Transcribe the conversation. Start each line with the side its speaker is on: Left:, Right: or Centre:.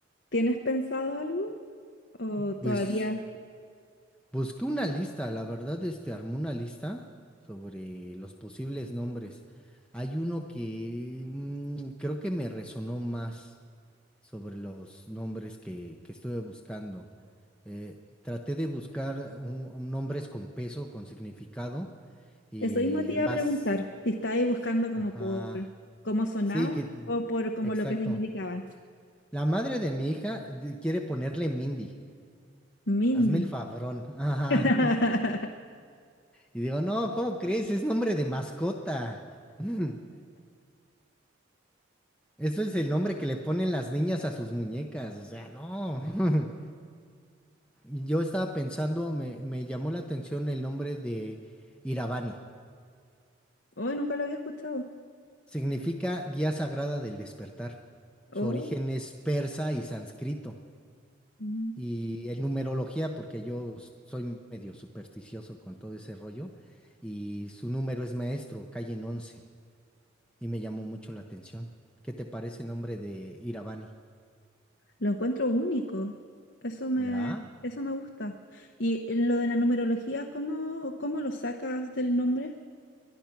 Left: tienes pensado algo? ¿O todavía?
Centre: pues Busqué una lista, la verdad, este, armé una lista sobre los posibles nombres. Hay uno que mm, creo que me resonó más sobre los nombres que, que estuve buscando. Eh, traté de buscar un, un nombres con peso, con significado, y
Left: Eso mismo te
Centre: en
Left: iba
Centre: base...
Left: a preguntar, si estabais buscando como
Centre: Ajá.
Left: por cómo sonaba
Centre: Sí, que...
Left: o por como
Centre: Exacto.
Left: lo que significaban.
Centre: La madre de mi hija eh, quiere ponerle Mindy.
Left: Mindy.
Centre: Hazme el favorón. Ajá.
Left: <laughs>
Centre: Y digo, no, ¿cómo crees? Es nombre de mascota. <laughs> Eso es el nombre que le ponen las niñas a sus muñecas, o sea, no. <laughs> Yo estaba pensando, me, me llamó la atención el nombre de Iravani.
Left: Oh, nunca lo había escuchado.
Centre: Significa guía sagrada del despertar. Su
Left: Oh,
Centre: origen es persa y sánscrito.
Left: mm,
Centre: Y en numerología, porque yo s- soy medio supersticioso con todo ese rollo, y su número es maestro, calle en 11 y me llamó mucho la atención. ¿Qué te parece el nombre de Iravani?
Left: lo encuentro único. Eso me,
Centre: ¿Verdad?
Left: eso me gusta. Y en lo de la numerología, ¿cómo, cómo lo sacas del nombre?